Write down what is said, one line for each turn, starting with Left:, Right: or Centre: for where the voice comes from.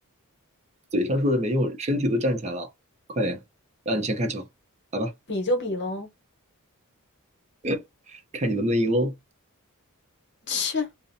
Right: 嘴上说着没用，身体都站起来了，快点，让你先开球，来吧，
Left: 比就比喽。
Right: <laughs> 看你能不能赢喽。
Left: 切，